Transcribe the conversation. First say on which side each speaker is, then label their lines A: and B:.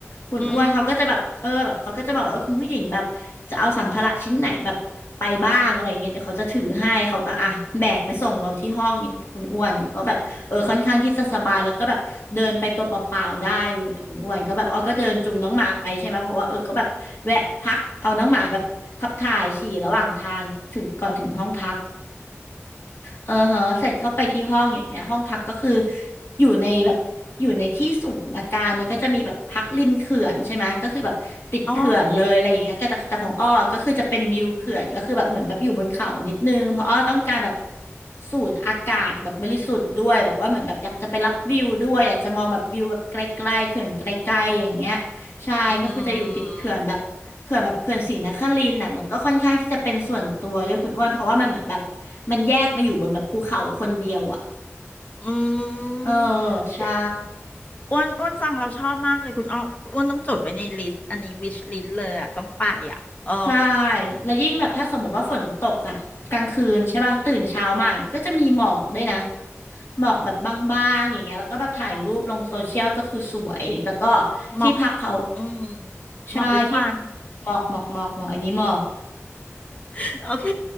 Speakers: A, on the left; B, on the left.
A: คุณอ้วนเขาก็จะแบบเออแบบเขาก็จะบอกแล้วว่าคุณผู้หญิงแบบจะเอาสัมภาระชิ้นไหนแบบไปบ้างอะไรอย่างเงี้ยเดี๋ยวเขาจะถือให้เขาก็อ่ะแบกไปส่งเราที่ห้องอย่างเงี้ยคุณอ้วนเขาก็แบบเออค่อนข้างที่จะสบายแล้วก็แบบเดินไปตัวเปล่าๆได้เลยอะคุณอ้วนก็แบบอ้อก็เดินจูงน้องหมาไปใช่ไหม
B: อืม
A: เพราะว่าเออก็แบบแวะพักเอาน้องหมาแบบขับถ่ายฉี่ระหว่างทางถึงก่อนถึงห้องพัก เออเหอะเสร็จเข้าไปที่ห้องอย่างเงี้ยห้องพักก็คืออยู่ในแบบอยู่ในที่สูงอาการมันก็จะมีแบบพักริมเขื่อนใช่ไหมก็คือแบบติดเขื่อนเลยอะไรอย่างเงี้ยแต่แต่ของอ้อก็คือจะเป็นวิวเขื่อนก็คือแบบเหมือนแบบอยู่บนเขานิดนึงเพราะอ้อต้องการแบบ
B: อ๋อ
A: สูดอากาศแบบบริสุทธิ์ด้วยแบบว่าเหมือนแบบอยากจะไปรับวิวด้วยอยากจะมองแบบวิวแบบไกลๆเขื่อนไกลๆอย่างเงี้ย ใช่ก็คือจะอยู่ติดเขื่อนแบบเขื่อนแบบเขื่อนศรีนครินทร์น่ะมันก็ค่อนข้างที่จะเป็นส่วนตัวด้วยคุณอ้วนเพราะว่ามันเหมือนแบบ
B: อืม
A: มันแยกมาอยู่บนแบบภูเขาคนเดียวอ่ะ
B: อื
A: เออ
B: ม
A: ใช่
B: อ้วนอ้วนอ้วนฟังเราชอบมากเลยคุณอ้ออ้วนต้องจดไว้ในลิสต์อันนี้วิชลิสต์เลยอ่ะต้องไปอ่ะเออ
A: ใช่แล้วยิ่งแบบถ้าสมมติว่าฝนตกอ่ะกลางคืนใช่ป่ะตื่นเช้ามาอย่างเงี้ยก็จะมีหมอกด้วยนะหมอกแบบบางๆอย่างเงี้ยแล้วก็แบบถ่ายรูปลงโซเชียลก็คือสวยแล้วก็
B: หมอก
A: ที่พักเขา
B: อืม
A: ใช่ที่
B: หมอกหรือควัน
A: หมอกหมอกหมอกหมอกอันนี้หมอก
B: <laughs> โอเค